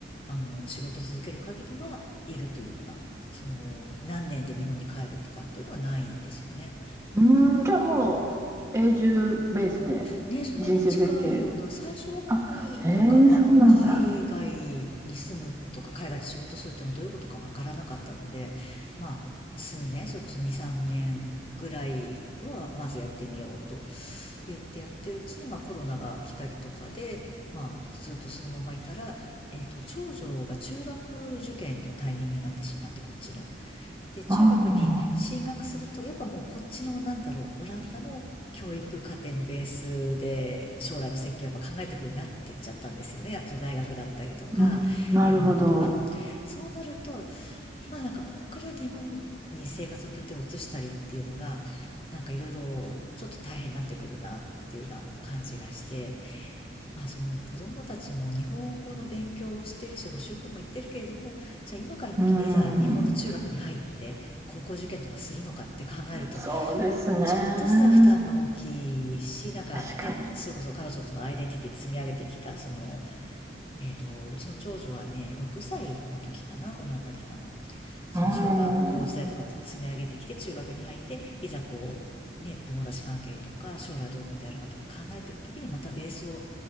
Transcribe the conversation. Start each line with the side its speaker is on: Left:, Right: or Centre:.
Left: あの、仕事続ける限りはいるというような、その、何年で日本に帰るとかっていうのはないんですよね。
Right: うーん、じゃあもう永住ベースで
Left: うんね、それに近いような、
Right: 人生設計。
Left: 最初は本当にね、
Right: あ、へえ、
Left: か、あの、
Right: そうなんだ。
Left: 海外に住むとか、海外で仕事するっていうのはどういうことかわからなかったので、まあ、数年、それこそ2、3年ぐらいは、まずやってみようと言ってやってるうちに、まあ、コロナが来たりとかで、まあ、ずっとそのままいたら、えっと、長女が中学受験のタイミングになってしまって、こっちの。で、中学に進学すると、
Right: ああ、
Left: やっぱもうこっちの、なんだろう、オランダの教育課程のベースで、将来の設計をやっぱ考えてくるようになってっちゃったんですよね。やっぱその大学だったりとか、
Right: うん、なるほど。
Left: いろんなことが。そうなると、まあなんかこっから日本に生活の拠点を移したりっていうのが、なんかいろいろちょっと大変になってくるなっていうような感じがして、まあ、その子供たちも日本語の勉強をしてるし、補習校も行ってるけれども、じゃあ今から本当にいざ日本の中学に入って高校受験とかするのかって考えると、
Right: うん、うん、そうですね。
Left: ちょっとすら負担が大きいし、なんかね、
Right: 確かに。
Left: それこそ彼女のそのアイデンティティ積み上げてきた、その、えっと、うちの長女はね、6歳の時かな、オランダ来たの。その小学校時代とか積み上げてきて、
Right: うん、
Left: 中学に入って、いざこう、ね、友達関係とか、将来どういうことやるかとか考えていくときに、またベースを